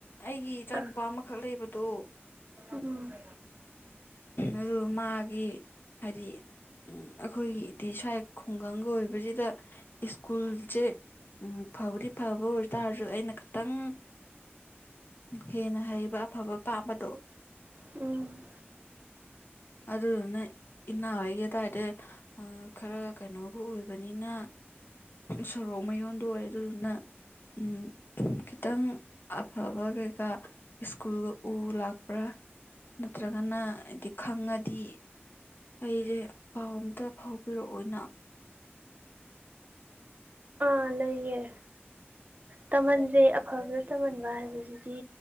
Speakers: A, on the left; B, on the right.
A: ꯑꯩꯒꯤ ꯏꯆꯥ
B: ꯑꯥ
A: ꯅꯨꯨꯄꯥ ꯑꯃꯈꯛ ꯂꯩꯕꯗꯣ
B: ꯎꯝ
A: ꯑꯗꯨ ꯃꯥꯒꯤ ꯍꯥꯏꯗꯤ ꯑꯩꯈꯣꯏꯒꯤ ꯏꯇꯤ ꯁꯥꯏ ꯈꯨꯡꯒꯪꯒ ꯑꯣꯏꯕꯁꯤꯗ ꯁ꯭ꯀꯨꯜꯁꯦ ꯎꯝ ꯐꯕꯗꯤ ꯐꯕ ꯑꯣꯏꯇꯥꯔꯁꯨ ꯑꯩꯅ ꯈꯤꯇꯪ ꯍꯦꯟꯅ ꯍꯩꯕ ꯑꯐꯕ ꯄꯥꯝꯕꯗꯣ
B: ꯎꯝ
A: ꯑꯗꯨꯅ ꯅꯪ ꯏꯟꯅ ꯍꫭꯏꯒꯤ ꯑꯗꯥꯏꯗ ꯈꯔ ꯀꯩꯅꯣꯒ ꯑꯣꯏꯕꯅꯤꯅ ꯁꯣꯔꯣꯛ ꯃꯌꯣꯟꯗꯣ ꯑꯣꯏꯔꯦ ꯑꯗꯨꯗꯨꯅ ꯎꯝ ꯈꯤꯇꯪ ꯑꯐꯕ ꯀꯩꯀꯥ ꯏꯁ꯭ꯀꯨꯜꯒ ꯎ ꯂꯥꯛꯄ꯭ꯔꯥ ꯅꯠꯇ꯭ꯔꯒꯅ ꯈꯪꯉꯗꯤ ꯑꯩꯁꯦ ꯄꯥꯎ ꯑꯝꯇ ꯐꯥꯎꯕꯤꯔꯛꯑꯣꯅ
B: ꯑ ꯂꯩꯌꯦ ꯇꯝꯍꯟꯁꯦ ꯑꯐꯕꯗ ꯇꯝꯍꯟꯕ ꯍꯥꯏꯕꯁꯤꯗꯤ